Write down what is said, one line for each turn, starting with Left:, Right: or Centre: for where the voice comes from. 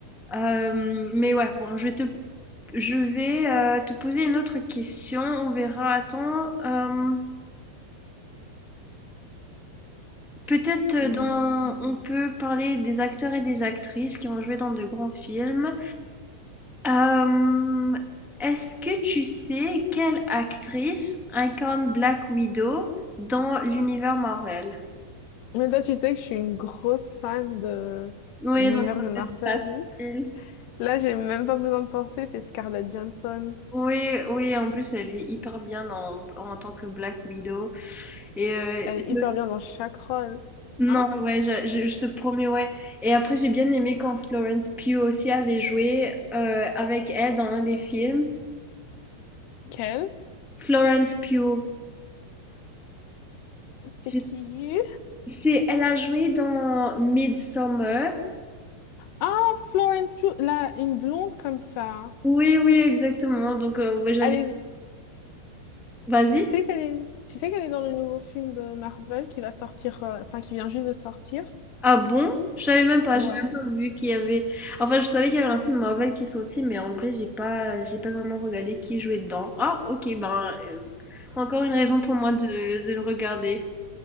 Centre: euh, mais ouais, bon, je vais te, je vais, euh, te poser une autre question. On verra. Attends, euh, peut-être euh,
Left: Hum.
Centre: dans, on peut parler des acteurs et des actrices qui ont joué dans de grands films. Hem, est-ce que tu sais quelle actrice incarne Black Widow dans l'univers Marvel?
Left: Mais toi, tu sais que je suis une grosse fan de
Centre: Oui,
Left: l'univers
Centre: donc ça
Left: de Marvel.
Centre: peut être facile.
Left: Là, j'ai même pas besoin de penser, c'est Scarlett Johansson.
Centre: Oui, oui, en plus elle est hyper bien en, en tant que Black Widow. Et euh,
Left: Elle est
Centre: je-
Left: hyper bien dans chaque rôle. Hein
Centre: non, ouais, je, je- je te promets, ouais. Et après, j'ai bien aimé quand Florence Pugh aussi avait joué euh, avec elle dans un des films.
Left: Quelle?
Centre: Florence Pugh.
Left: C'est
Centre: Je-
Left: qui?
Centre: C'est, elle a joué dans Midsommar
Left: Ah, Florence Pugh, là, une blonde comme ça.
Centre: Oui, oui, exactement. Donc, euh, ouais, j'avais.
Left: Elle est,
Centre: Vas-y.
Left: tu sais qu'elle est, tu sais qu'elle est dans le nouveau film de Marvel qui va sortir, euh, enfin qui vient juste de sortir.
Centre: Ah bon? Je savais même pas.
Left: Ouais.
Centre: J'ai même pas vu qu'il y avait. Enfin, je savais qu'il y avait un film Marvel qui est sorti, mais en vrai, j'ai pas, j'ai pas vraiment regardé qui jouait dedans. Ah, ok. Ben, euh, encore une raison pour moi de, de le regarder.